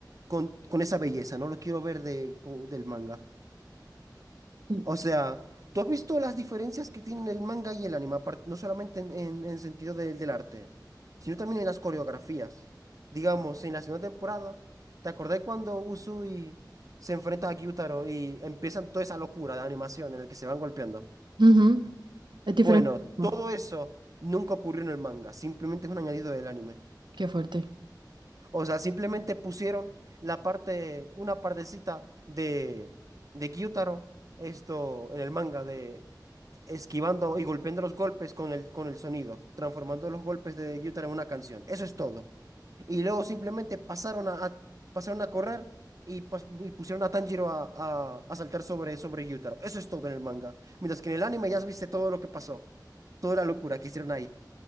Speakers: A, on the right; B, on the right.
A: con, con esa belleza, no lo quiero ver de, con- del manga.
B: Sí.
A: O sea, ¿tú has visto las diferencias que tienen el manga y el anime? Apar- No solamente en, en, en sentido del del arte, sino también en las coreografías. Digamos, en la segunda temporada, ¿te acordás cuando Usui se enfrenta a Gyutaro y empiezan toda esa locura de animación en el que se van golpeando?
B: Ujú, Es diferente.
A: Bueno, todo
B: Ah,
A: eso nunca ocurrió en el manga, simplemente es un añadido del anime.
B: Qué fuerte.
A: O sea, simplemente pusieron la parte, una partecita de, de Gyutaro, esto en el manga, de esquivando y golpeando los golpes con el, con el sonido, transformando los golpes de Gyutaro en una canción. Eso es todo. Y luego simplemente pasaron a, a- pasaron a correr y, pas- y pusieron a Tanjiro a, a, a saltar sobre, sobre Gyutaro. Eso es todo en el manga. Mientras que en el anime ya viste todo lo que pasó, toda la locura que hicieron ahí.